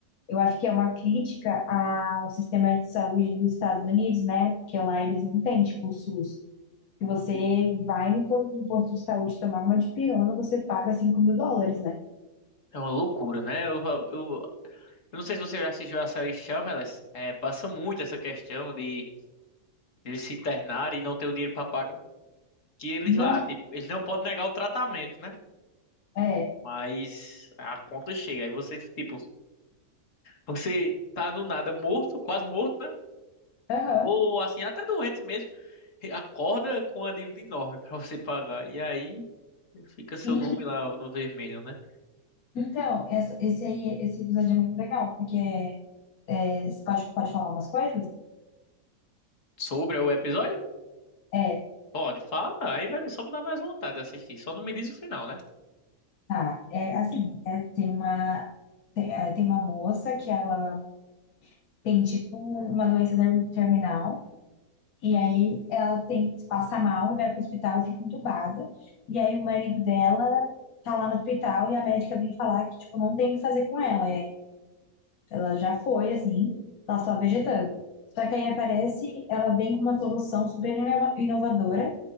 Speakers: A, on the left; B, on the left.
A: Eu acho que é uma crítica ao sistema de saúde dos Estados Unidos, né? Porque lá eles não têm, tipo, o SUS. Se você vai no, po- no posto de saúde tomar uma dipirona, você paga cinco mil dólares, né?
B: é uma loucura, né? Eu, eu, eu não sei se você já assistiu a série Shameless, é, passa muito essa questão de eles se internarem e não ter o dinheiro para pagar. Que eles
A: Não,
B: lá, tipo, eles não podem negar o tratamento, né?
A: é.
B: Mas a conta chega, aí você, tipo, você tá do nada morto, quase morto, né?
A: Aham.
B: Ou assim, até doente mesmo, <laughs> acorda com uma dívida enorme pra você pagar. E aí fica
A: Sim,
B: seu nome lá no vermelho, né?
A: Então, essa- esse aí, esse episódio é muito legal, porque é, é, você pode, pode falar umas coisas?
B: Sobre o episódio?
A: É,
B: Pode, fala. Aí vai só me dar mais vontade de assistir. Só não me diz o final, né?
A: tá. É assim, é, tem uma, tem, é, tem uma moça que ela tem tipo uma doença ter- terminal, e aí ela tem, passa mal, e vai pro hospital, fica entubada, e aí o marido dela tá lá no hospital e a médica vem falar que, tipo, não tem o que fazer com ela. Ela já foi, assim, tá só vegetando. Só que aí aparece, ela vem com uma solução super inova- inovadora,